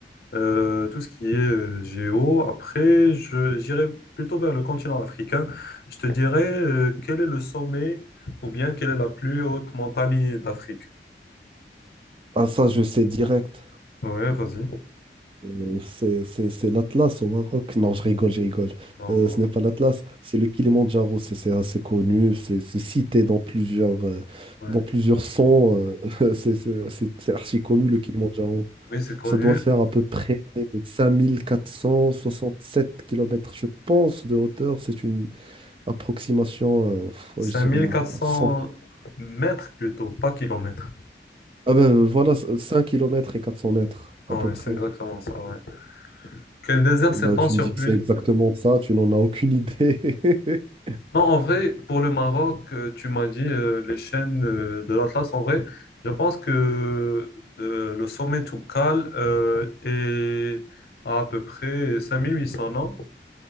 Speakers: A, on the left; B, on the right.
A: euh, tout ce qui est euh, géo. Après, je, j'irai plutôt vers le continent africain. Je te dirais euh, quel est le sommet ou bien quelle est la plus haute montagne d'Afrique.
B: Ah, ça, je sais direct.
A: Ouais, vas-y.
B: Euh, C'est c'est- c'est l'Atlas au Maroc. Non, je rigole, je rigole.
A: Non,
B: Euh, ce n'est pas l'Atlas, c'est le Kilimandjaro. C'est c'est assez connu, c'est c'est cité dans plusieurs, euh,
A: ouais.
B: dans plusieurs sons. euh, <laughs> c'est c'est- c'est- c'est archi connu, le Kilimandjaro.
A: Oui, c'est connu.
B: Ça doit faire à peu près 5467 kilomètres je pense, de hauteur. C'est une approximation,
A: cinq
B: euh, je dirais,
A: mille
B: à
A: quatre cents
B: cent
A: mètres plutôt, pas kilomètres.
B: Ah ben, voilà, 5 kilomètres et 400 mètres,
A: Ouais,
B: à peu près.
A: c'est exactement ça, ouais. Quel désert
B: Bah,
A: s'étend
B: tu
A: sur
B: me dis
A: plus...
B: que c'est exactement ça, tu n'en as aucune idée. <laughs>
A: Non, en vrai, pour le Maroc, euh, tu m'as dit euh, les chaînes euh, de l'Atlas. En vrai, je pense que euh, le sommet Toubkal euh, est à, à peu près 5800 non?